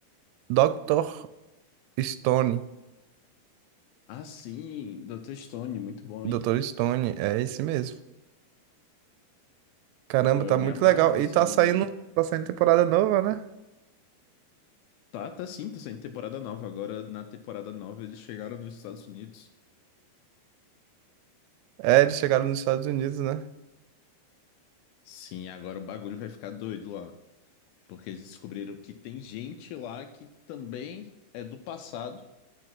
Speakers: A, on the right (about 90°); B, on the left (about 80°).
A: Dr. Stone.
B: Ah, sim, Dr. Stone, muito bom,
A: Dr.
B: hein?
A: Stone, é esse mesmo. Caramba,
B: Pô,
A: tá
B: eu me
A: muito
B: amarro
A: legal.
B: nesse
A: E tá
B: anime.
A: saindo,
B: aí.
A: tá saindo temporada nova, né?
B: Tá, tá sim, tá saindo temporada nova. Agora, na temporada nova, eles chegaram nos Estados Unidos.
A: É, eles chegaram nos Estados Unidos, né?
B: Sim, agora o bagulho vai ficar doido lá. Porque eles descobriram que tem gente lá que também é do passado